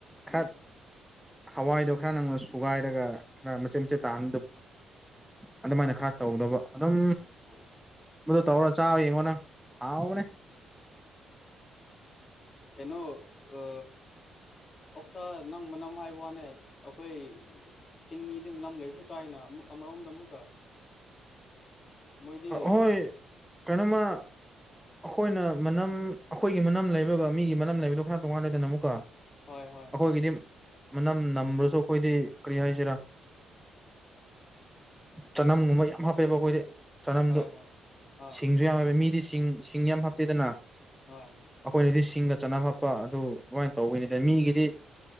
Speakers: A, in the centre; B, on the left.
A: ꯈꯠ
B: ꯎꯝ
A: ꯍꯋꯥꯏꯗꯣ ꯈꯔ ꯅꯪꯅ ꯁꯨꯒꯥꯏꯔꯒ ꯈꯔ ꯃꯆꯦꯠ ꯃꯆꯦꯠ ꯇꯥꯍꯟꯗꯕ ꯑꯗꯨꯃꯥꯏꯅ ꯈꯔ ꯇꯧꯗꯕ ꯑꯗꯨꯝ
B: ꯑꯣ
A: ꯃꯗꯨ ꯇꯧꯔ ꯆꯥꯕ ꯌꯦꯡꯉꯣ ꯅꯪ ꯍꯥꯎꯕꯅꯦ
B: ꯀꯩꯅꯣ ꯑ ꯑꯣꯛꯁꯥ ꯅꯪ ꯃꯅꯝ ꯍꯥꯏꯕ ꯋꯥꯅꯦ ꯑꯩꯈꯣꯏ ꯆꯤꯡꯃꯤꯗꯤ ꯃꯅꯝ ꯂꯩꯔꯁꯨ ꯆꯥꯏꯅ ꯑꯃꯨꯛ ꯑꯃꯔꯣꯝꯗ ꯑꯃꯨꯛꯀ ꯃꯣꯏꯗꯤ
A: ꯍꯣꯏ ꯀꯩꯅꯣꯃ ꯑꯩꯈꯣꯏꯅ ꯃꯅꯝ ꯑꯩꯈꯣꯏꯒꯤ ꯃꯅꯝ ꯂꯩꯕꯒ ꯃꯤꯒꯤ ꯃꯅꯝ ꯂꯩꯕꯗꯣ ꯈꯅꯥ ꯇꯣꯡꯉꯥꯟꯅ ꯂꯩꯗꯅ ꯑꯃꯨꯛꯀ
B: ꯍꯣꯏ ꯍꯣꯏ
A: ꯑꯩꯈꯣꯏꯒꯤꯗꯤ
B: ꯍꯣꯏ
A: ꯃꯅꯝ ꯅꯝꯕ꯭ꯔꯁꯨ ꯑꯩꯈꯣꯏꯗꯤ ꯀꯔꯤ ꯍꯥꯏꯁꯤꯔꯥ ꯆꯅꯝꯒꯨꯝꯕ ꯌꯥꯝ ꯍꯥꯞꯄꯦꯕ ꯑꯩꯈꯣꯏꯗꯤ ꯆꯅꯝꯗꯣ
B: ꯍꯣꯏ ꯍꯣꯏ ꯍꯣꯏ
A: ꯁꯤꯡꯁꯨ ꯌꯥꯝ ꯍꯥꯏꯕꯦ ꯃꯤꯗꯤ ꯁꯤꯡ ꯁꯤꯡ ꯌꯥꯝ ꯍꯥꯞꯇꯦꯗꯅ ꯑꯩꯈꯣꯏꯅꯗꯤ
B: ꯍꯣꯏ
A: ꯁꯤꯡꯒ ꯆꯠꯅ ꯐꯠꯄ ꯑꯗꯨ ꯑꯗꯨꯃꯥꯏꯅ ꯇꯧꯕꯅꯤꯗ ꯃꯤꯒꯤꯗꯤ